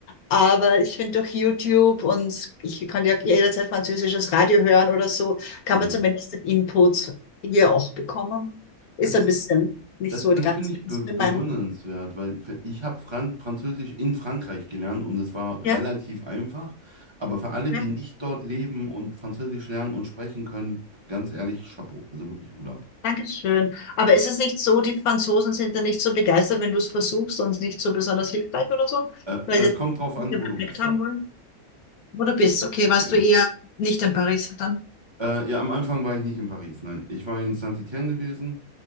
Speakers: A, on the left; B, on the right.
A: Aber ich finde durch YouTube und ich kann ja jederzeit französisches Radio hören oder so, kann
B: Mhm.
A: man zumindest den Input hier auch bekommen. Ist
B: Das
A: ein
B: ist
A: bisschen nicht
B: Das,
A: so
B: das
A: die ganze
B: finde ich be bewundernswert,
A: Meinung.
B: weil für- ich habe Frank Französisch in Frankreich gelernt und es war
A: Ja,
B: relativ einfach. Aber für alle,
A: ja.
B: die nicht dort leben und Französisch lernen und sprechen können, ganz ehrlich, Chapeau. Also wirklich Hut ab.
A: Dankeschön. Aber
B: Mhm.
A: ist es nicht so, die Franzosen sind da nicht so begeistert, wenn du es versuchst und nicht so besonders hilfreich oder so,
B: Äh,
A: weil
B: es
A: die
B: kommt drauf an,
A: den
B: wo
A: Effekt
B: du bist,
A: haben
B: ja.
A: wollen? Wo du bist, okay, warst
B: Ja.
A: du eher nicht in Paris dann?
B: Äh, ja, am Anfang war ich nicht in Paris, nein. Ich war in Saint-Étienne gewesen.